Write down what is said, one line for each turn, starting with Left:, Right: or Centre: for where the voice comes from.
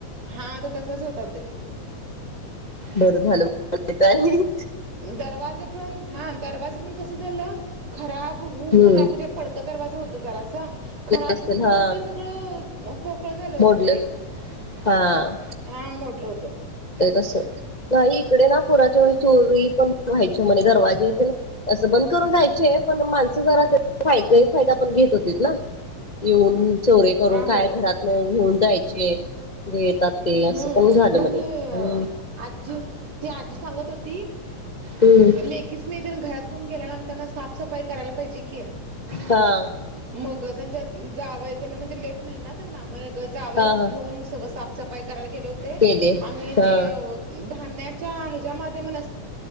Right: हा तर तसाच होता ते
Left: बर झालं आणि
Right: दरवाजा पण हा दरवाजा पण कसं झालं खराब होऊनन
Left: हम्म
Right: म्हणजे पडकं दरवाजा होत जरास. खराब
Left: असेल
Right: होऊन
Left: हा
Right: होऊन ते सगळं पोकळ झालं होतं
Left: मोडलं
Right: ते
Left: हा
Right: हा मोडलं होतं.
Left: तस नाही इकडे ना पुराच्या चोरी पण व्हायच्या म्हणे दरवाजे तेन तसं बंद करून जायचे आहे पण माणसं जरा गैर फादा फायदा पण घेत होती ना येऊन चोरे करून
Right: हा
Left: काय
Right: हो
Left: घरात न घेऊन जायचे येतात. ते
Right: हम्म
Left: असं पण झालं
Right: मग‌
Left: म्हणे
Right: ते
Left: हम्म
Right: आजी ती आजी सांगत होती
Left: हम्म
Right: लेकीसनी घरात घऊन गेल्यानंतर साफसफाई करायला पाहिजे की
Left: हा
Right: मग त्यांच्या जाव म्हणजे लेख नाही ना त्यांना म जावस
Left: हा
Right: घेऊन
Left: हा
Right: सगळ साफसफाई करायला गेले होते
Left: केले
Right: आणि
Left: हा
Right: ते धान्याच्या ह्याच्यामध्ये मण